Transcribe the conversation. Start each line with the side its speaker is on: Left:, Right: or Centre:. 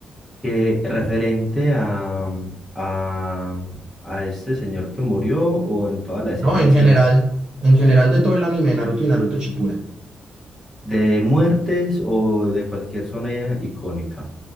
Centre: Que referente a, a, a este señor que murió o en toda la escena
Right: No, en
Centre: en escena.
Right: general, en general de todo el anime de Naruto y Naruto Shippuden.
Centre: de muertes o de cualquier zona icónica.